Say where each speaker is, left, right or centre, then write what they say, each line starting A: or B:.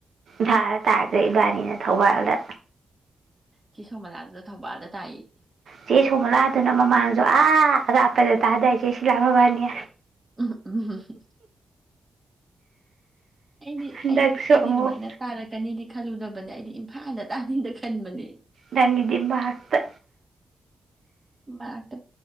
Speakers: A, on the right; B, on the right.
A: <unintelligible> ꯑꯗꯩ ꯏꯕꯥꯟꯅꯤꯅ ꯊꯧꯕꯥꯜꯗ
B: ꯆꯦ ꯁꯣꯝꯃꯣꯂꯥꯖꯨ ꯊꯧꯕꯥꯜꯗ ꯇꯥꯏꯌꯦ
A: ꯆꯦ ꯁꯣꯃꯣꯂꯥꯗꯨꯅ ꯃꯃꯥꯡꯁꯨ ꯑꯥ ꯑꯔꯥꯞꯄꯗ ꯇꯗꯥꯏ ꯆꯦ ꯁꯤꯂꯥꯥ ꯃꯕꯥꯟꯅꯤ
B: ꯎꯝ ꯎ ꯎꯝ ꯎꯝ ꯎ ꯑꯩꯅꯦ
A: ꯍꯟꯗꯛꯁꯨ
B: ꯑꯩꯅꯦ ꯑꯩꯗꯤ
A: ꯑꯃꯨꯛ
B: ꯑꯗꯨꯃꯥꯏꯅ ꯇꯥꯔꯛꯀꯅꯤꯗꯤ ꯈꯜꯂꯨꯗꯕ ꯕꯅꯦ ꯑꯩꯗꯤ ꯏꯝꯐꯥꯜꯗ ꯇꯥꯅꯤꯡꯗ ꯈꯟꯕꯅꯦ
A: ꯅꯪꯒꯤꯗꯤ ꯃꯍꯥꯛꯇ
B: ꯃꯍꯥꯛꯇ